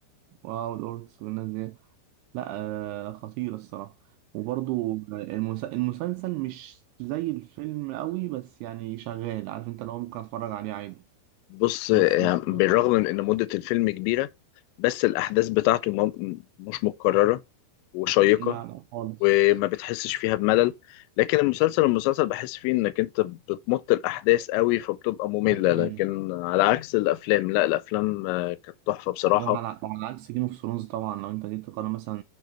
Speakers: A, on the right; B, on the left.
A: واو الأوركس والناس دي لا آه خطير الصراحة وبرضو مم. المس... المسلسل مش زي الفيلم قوي بس يعني شغال عارف انت لو ممكن اتفرج عليه عادي
B: بص يعني
A: بس مش
B: بالرغم من ان مدة الفيلم كبيرة بس الاحداث بتاعته م- مش متكررة وشيقة
A: لا لا خالص
B: وما بتحسش فيها بملل لكن المسلسل المسلسل بحس فيه انك انت بتمط الاحداث قوي فبتبقى مملة
A: بط
B: لكن
A: جامد
B: على عكس الافلام لا الافلام آه، كانت تحفة بصراحة
A: وعلى وعلى عكس جيم اوف ثرونز طبعا لو انت جيت تقارن مثلا